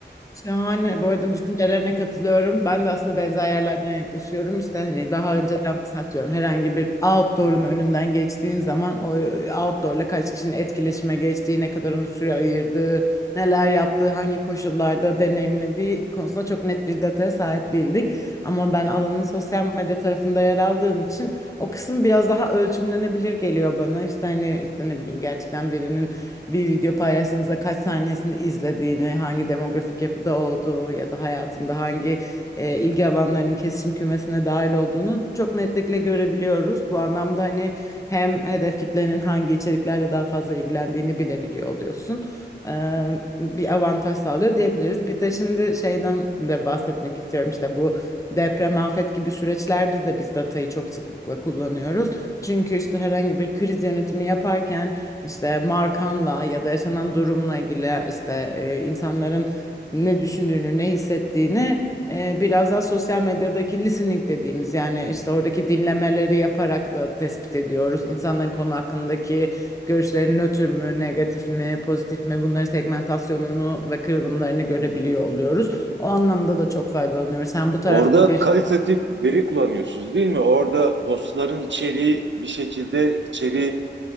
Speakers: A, on the left; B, on the right.
A: Şahane. Bu arada düşüncelerine katılıyorum. Ben de aslında benzer yerlerden yaklaşıyorum. İşte hani daha önceden mesela atıyorum herhangi bir outdoor'un önünden geçtiğin zaman o outdoor'la kaç kişinin etkileşime geçtiği, ne kadar onu süre ayırdığı, neler yaptığı, hangi koşullarda deneyimlediği konusunda çok net bir dataya sahip değildik. Ama ben alanın sosyal medya tarafında yer aldığım için o kısım biraz daha ölçümlenebilir geliyor bana. İşte hani işte ne bileyim gerçekten birinin bir video paylaştığınızda kaç saniyesini izlediğini, hangi demografik yapıda olduğu ya da hayatında hangi e, ilgi alanlarının kesişim kümesine dahil olduğunu çok netlikle görebiliyoruz. Bu anlamda hani hem hedef kitlenin hangi içeriklerle daha fazla ilgilendiğini bilebiliyor oluyorsun. Ee, bir avantaj sağlıyor diyebiliriz. Bir de şimdi şeyden de bahsetmek istiyorum işte bu deprem, afet gibi süreçlerde de biz datayı çok sıklıkla kullanıyoruz. Çünkü işte herhangi bir kriz yönetimi yaparken işte markanla ya da yaşanan durumla ilgili işte e, insanların ne düşündüğünü, ne hissettiğini e, biraz daha sosyal medyadaki listening dediğimiz yani işte oradaki dinlemeleri yaparak da tespit ediyoruz. İnsanların konu hakkındaki görüşleri nötr mü, negatif mi, pozitif mi bunların segmentasyonunu ve kırılımlarını görebiliyor oluyoruz. O anlamda da çok faydalanıyoruz. Sen bu tarafta
B: Orada
A: bir
B: kalitatif veri kullanıyorsunuz değil mi? Orada postların içeriği bir şekilde içeriği